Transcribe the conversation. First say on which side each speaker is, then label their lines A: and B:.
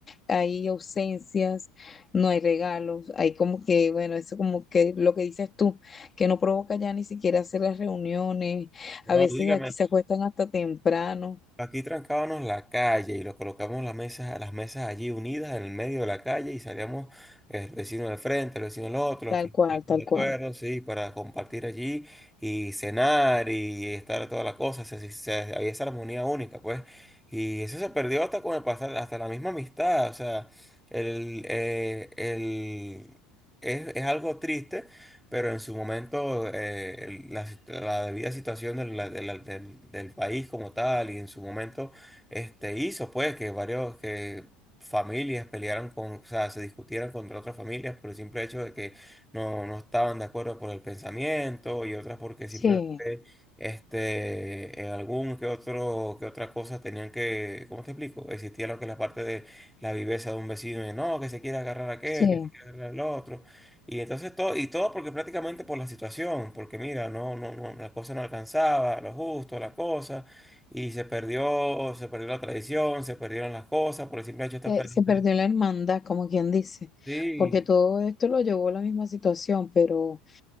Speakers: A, on the left (about 20°); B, in the centre.
A: hay ausencias, no hay regalos, hay como que, bueno, eso como que lo que dices tú, que no provoca ya ni siquiera hacer las reuniones,
B: No,
A: a veces
B: dígame.
A: aquí se acuestan hasta temprano,
B: Aquí trancábamos la calle y lo colocamos las mesas, las mesas allí unidas en el medio de la calle y salíamos eh, el vecino del frente, el vecino del otro,
A: tal
B: los que
A: cual,
B: estuvimos
A: tal
B: de acuerdo,
A: cual.
B: sí, para compartir allí y cenar y estar toda la cosa. se- se- se- había esa armonía única, pues. Y eso se perdió hasta con el pasar, hasta la misma amistad. O sea, el, eh, el, es, es algo triste pero en su momento eh, el- la, sit- la debida situación del, la- del- del- del país como tal y en su momento este, hizo pues que varios que familias pelearan con, o sea, se discutieran contra otras familias por el simple hecho de que no, no estaban de acuerdo por el pensamiento y otras porque
A: Sí,
B: simplemente este, en algún que otro, que otra cosa tenían que, ¿cómo te explico? Existía lo que es la parte de la viveza de un vecino de no, que se quiere agarrar a aquel,
A: sí.
B: que se quiere agarrar al otro. Y entonces todo, y todo porque prácticamente por la situación, porque mira, no, no, no, la cosa no alcanzaba, lo justo, la cosa, y se perdió, se perdió la tradición, se perdieron las cosas, por el simple hecho de estar
A: Se,
B: perdiendo.
A: se perdió la hermandad, como quien dice,
B: Sí,
A: porque todo esto lo llevó a la misma situación, pero